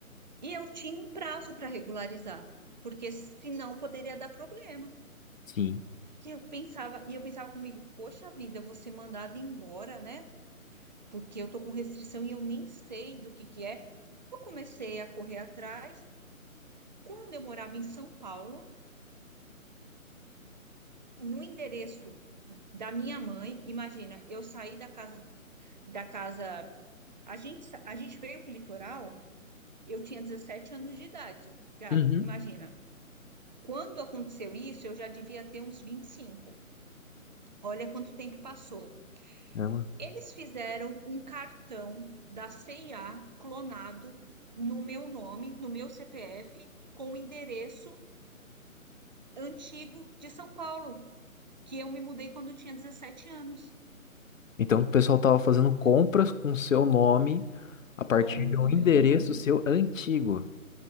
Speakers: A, on the right (about 30°); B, on the left (about 65°).
A: E eu tinha um prazo para regularizar, porque senão poderia dar problema.
B: sim.
A: E eu pensava, e eu pensava comigo, poxa vida, eu vou ser mandada embora, né? Porque eu tô com restrição e eu nem sei do que que é. Eu comecei a correr atrás. Quando eu morava em São Paulo, no endereço da minha mãe, imagina, eu saí da casa da casa, a gente sa- a gente veio para o litoral, eu tinha 17 anos de idade, Gabi,
B: Uhum.
A: imagina. Quando aconteceu isso, eu já devia ter uns 25. Olha quanto tempo passou.
B: é mano?
A: Eles fizeram um cartão da CIA clonado no meu nome, no meu CPF, com o endereço antigo de São Paulo, que eu me mudei quando eu tinha 17 anos,
B: Então, o pessoal tava fazendo compras com seu nome a partir
A: com
B: de
A: no
B: um endereço
A: meu nome,
B: seu antigo.